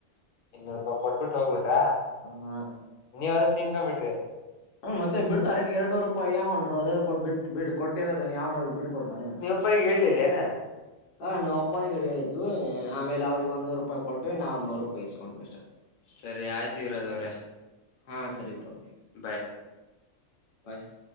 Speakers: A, on the left; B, on the left.
A: ಇನ್ನೂರು ರೂಪಾಯಿ ಕೊಟ್ಬಿಟ್ಟ ಹೋಗ್ಬಿಟ್ರ
B: ಹ
A: ನೀವ್ ಅದ ತಿನ್ಕೊಂಡ್ ಬಿಟ್ರಿ
B: ಹ್ಮ ಮತ್ತೆ ಬಿಡ್ತಾರೆೇ ನೀ ಎರಡುೂರು ರೂಪಾಯಿ ಯಾವನ್ರು ಅದ ಬಿಟ್ಟ ಬಿ ಕೊಟ್ಟಿರೋದೇ ಯಾವನಾದ್ರು ಬಿಟ್ಟ ಕೊಡ್ತಾನೇ
A: ಅಪ್ಪಗೆ ಹೇಳಿಳೇನು
B: ಹ ನಾ ಅಪ್ಪನಿಗೆ ಹೇಳಿದ್ವಿ ಆಮೇಲೆ ಅವ್ರಿಗೆ
A: ಹ್ಮ್
B: ಒಂದ ನೂರು ರೂಪಾಯಿ ಕೊಟ್ಟವಿ ನಾವು ಒಂದ ನೂರು ರೂಪಾಯಿ ಇಸ್ಕೊಂಡ್ವಿ ಅಷ್ಟೇ
A: ಸರಿ ಆಯ್ತು ಯವರಾಜ್ ಅವ್ರೆ
B: ಹಾ ಸರಿ ತೊಳಿ
A: ಬಾಯ್
B: ಪಾಯ <inaudible>